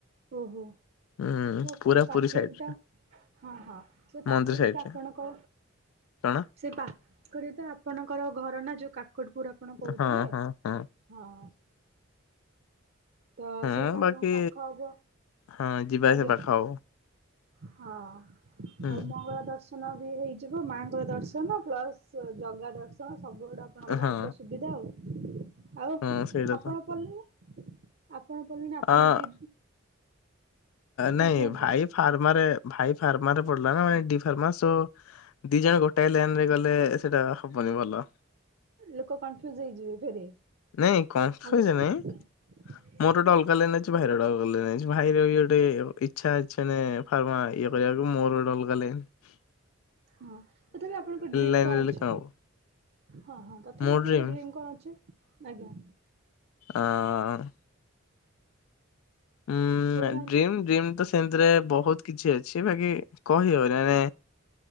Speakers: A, on the right; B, on the left.
A: ଓହୋ।
B: ହୁଁ
A: ସେ
B: ପୁରା
A: ସେଇ ପାଖରେ
B: ପୁରୀ ସାଇଡରେ
A: ବି ତ ହଁ ହଁ ସେ ପାଖରେ
B: ମନ୍ଦିର
A: ବି
B: ସାଇଡରେ
A: ତ ଆପଣଙ୍କ
B: କଣ
A: ସେ ପାଖରେ ତ ଆପଣଙ୍କର ଘର ନା ଯୋଉ କାକଟପୁର ଆପଣ କହୁଥିଲେ
B: ହଁ ହଁ ହଁ।
A: ହଁ। ତ
B: ହଁ
A: ସେଇଠି
B: ବାକି
A: ଆପଣଙ୍କ ପାଖ ହବ
B: ହଁ ଯିବା
A: ଆଜ୍ଞା
B: ଆସିବା ପାଖ ହବ।
A: ହଁ
B: ହୁଁ
A: ଆଉ ମଙ୍ଗଳା ଦର୍ଶ ନ ବି ହେଇଯିବ ମାଙ୍କର ଦର୍ଶନ ପ୍ଲସ ଜଗା ଦର୍ଶନ ଆଚ୍ଛା ସବୁ ଆଡେ ଆପଣଙ୍କ
B: ହଁ।
A: ଭାଇଙ୍କ ସୁବିଧା ଆଉ ଆଉ
B: ହଁ ସେଇଟା
A: ଆପଣ
B: ତ
A: ପିଢ଼ିଲେନି। ଆପଣ ପଢ଼ିଲେନି ଆପଣ
B: ଆ
A: ବି
B: ନାଇଁ
A: ହଁ କୁହନ୍ତୁ।
B: ଭାଇ ଫାର୍ମ ଭାଇ ଫାର୍ମରେ ପଡିଲା ନା ଏଡି ଫର୍ମ ସୋ ଦି ଜଣ ଗୋଟାଏ ଲାଇନ ରେ ଗଲେ ସେଇଟା ହବନି ଭଲ।
A: ଲୋକ କନଫ୍ୟୁଜ ହେଇଯିବେ ଫେରେ।
B: ନାଇଁ କନଫ୍ୟୁଜ
A: ଆଉ
B: ନାଇଁ
A: <unintelligible>
B: ମୋର ଗୋଟେ ଅଲଗା ଲାଇନି ଅଛି ଭାଇର ଗୋଟେ ଅଲଗା ଲାଇନି ଅଛି ଭାଇର ବି ଗୋଟେ ଇଛା ଅଛି ମାନେ ଫର୍ମା ଇଏ କରିବାକୁ ମୋର ଗୋଟାଏ ଅଲଗା ଲାଇନି।
A: ହଁ ତାଥାବି ଆପଣଙ୍କ ଡ୍ରିମି
B: ଲାଇନରେ
A: କଣ
B: ହେଲେ
A: ଅଛି।
B: ହବ
A: ହଁ ହଁ ତଥାପି
B: ମୋ
A: ଆପଣଙ୍କ
B: ଡ୍ରିମ୍
A: ଡ୍ରିମି କଣ ଅଛି ଆଜ୍ଞା।
B: ଆଉଁ ଉଁ
A: କହୁନାହାନ୍ତି
B: ଡ୍ରମି ଡ୍ରମି ତ ସେମତିରେ ବହୁତ କିଛି ଅଛି ବାକି କହିହଉନି ମାନେ